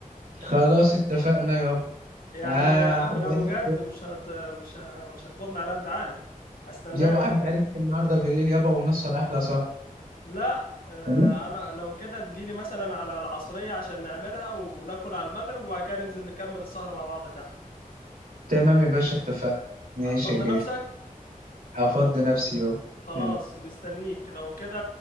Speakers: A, on the right (about 90°); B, on the left (about 80°).
A: خلاص اتفقنا يابا
B: يعني
A: آه عدى
B: من ابو
A: عليك
B: جد مش هت مش ه... مش هتاخدني على قد عقلي استناك
A: يابا عدى عليك النهارده بالليل يابا ونسهر احلى سهر
B: لا آه،
A: تمام
B: انا لو كده تجيلي مثلا على العصرية عشان نعملها وناكل على المغرب وبعد كده ننزل نكمل السهرة مع بعض تحت
A: تمام يا باشا اتفقنا ماشي
B: هتفضي
A: يا غالي
B: نفسك
A: هفضي نفسي يابا
B: خلاص
A: تمام.
B: مستنيك لو كده